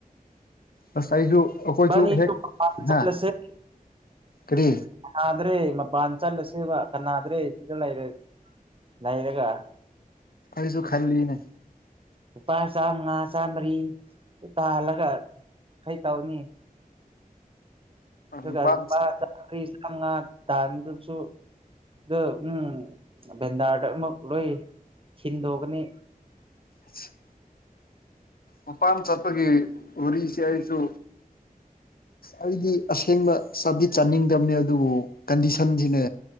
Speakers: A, on the left; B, on the right.
A: ꯑꯁ ꯑꯩꯁꯨ ꯑꯩꯈꯣꯏꯁꯨ
B: ꯕꯅꯤ
A: ꯍꯦꯛ
B: ꯇꯨ ꯀꯥꯟ ꯆꯠꯂꯁꯦ
A: ꯍꯥ ꯀꯔꯤ
B: ꯌꯥꯗ꯭ꯔꯦ ꯃꯄꯥꯟ ꯆꯠꯂꯁꯤ ꯁꯤꯕ ꯀꯅꯥꯗ꯭ꯔꯦ ꯁꯤꯗ ꯂꯩꯔꯗꯤ ꯂꯩꯔꯒ
A: ꯑꯩꯁꯨ ꯈꯥꯂꯤꯅꯤ
B: ꯂꯨꯄꯥ ꯆꯥꯃꯉꯥ ꯆꯥꯝꯃꯔꯤ ꯇꯥꯜꯂꯒ ꯀꯩ ꯇꯧꯅꯤ ꯑꯗꯨꯒ
A: ꯃꯄꯥꯟ
B: ꯂꯨꯄꯥ ꯆꯃ꯭ꯔꯤ ꯆꯃꯉꯥ ꯇꯥꯟꯒꯗꯕꯁꯨ ꯑꯗꯣ ꯎꯝ ꯚꯦꯟꯗꯥꯔꯗ ꯑꯃꯨꯛ ꯂꯣꯏ ꯊꯤꯟꯗꯣꯛꯀꯅꯤ
A: ꯁ ꯃꯄꯥꯟ ꯆꯠꯄꯒꯤ ꯎꯔꯤꯁꯦ ꯑꯩꯁꯨ ꯑꯩꯗꯤ ꯑꯁꯦꯡꯕ ꯆꯠꯗꯤ ꯆꯠꯅꯤꯡꯗꯕꯅꯦ ꯑꯗꯨꯕꯨ ꯀꯟꯗꯤꯁꯟꯁꯤꯅꯦ